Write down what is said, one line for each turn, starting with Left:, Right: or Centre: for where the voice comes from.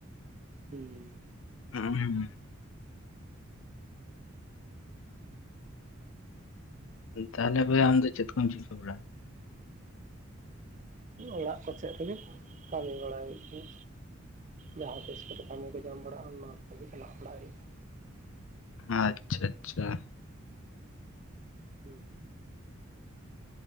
Right: ᱦᱩᱸ
Left: ᱦᱮᱸ ᱛᱟᱦᱚᱞᱮ ᱵᱟᱹᱭ ᱟᱢ ᱫᱚ ᱪᱮᱫ ᱠᱚᱢ ᱪᱤᱠᱟᱹ ᱵᱟᱲᱟᱭᱟ
Right: ᱚᱲᱟᱜ ᱠᱚᱥᱮᱫ ᱨᱮᱜᱮ ᱠᱟᱹᱢᱤ ᱵᱟᱲᱟᱟᱭ ᱦᱩᱭᱩᱜ ᱠᱟᱱ ᱡᱟᱦᱟᱸ ᱛᱤᱥ ᱠᱚᱛᱮ ᱠᱟᱹᱢᱤ ᱠᱚ ᱡᱟᱢ ᱵᱟᱲᱟᱜᱼᱟ ᱚᱱᱟ ᱠᱚᱛᱮᱜᱮ ᱪᱟᱞᱟᱣ ᱵᱟᱲᱟᱜ ᱦᱩᱭᱩᱜᱼᱟ
Left: ᱟᱪᱪᱷᱟ ᱟᱪᱪᱷᱟ
Right: ᱦᱩᱸ